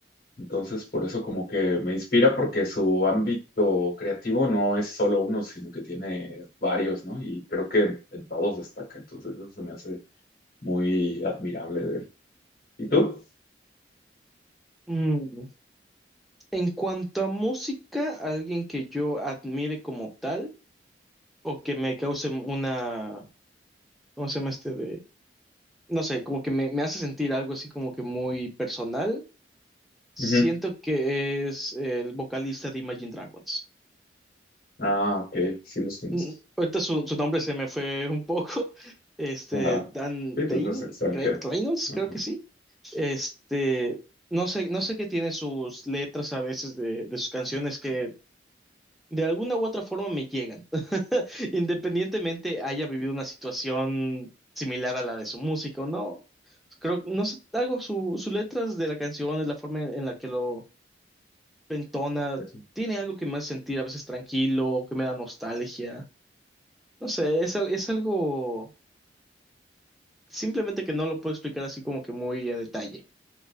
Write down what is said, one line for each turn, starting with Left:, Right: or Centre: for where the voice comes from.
Left: Entonces, por eso como que me inspira porque su ámbito creativo no es solo uno, sino que tiene varios, ¿no? Y creo que en todos destaca. Entonces, eso se me hace muy admirable de él. ¿Y tú?
Centre: Mm, En cuanto a música, alguien que yo admire como tal o que me cause una, ¿cómo se llama este de? No sé, como que me, me hace sentir algo así como que muy personal. Siento
Left: Ujú.
Centre: que es el vocalista de Imagine Dragons.
Left: Ah, ok, sí los conozco.
Centre: Mm, Ahorita su, su nombre se me fue un poco. <laughs> Este,
Left: Ajá.
Centre: Dan
Left: Sí, pues
Centre: Dane,
Left: no es extranjero.
Centre: Cre- Reynolds,
Left: Ajá.
Centre: creo que sí. Este, no sé, no sé qué tiene sus letras a veces de, de sus canciones que de alguna u otra forma me llegan. <laughs> Independientemente haya vivido una situación similar a la de su músico, ¿no? Creo, no sé, algo, su, sus letras de la canción, es la forma en, en la que lo entona,
Left: Pues Sí,
Centre: tiene algo que me hace sentir a veces tranquilo, que me da nostalgia. No sé, es, al- es algo simplemente que no lo puedo explicar así como que muy a detalle,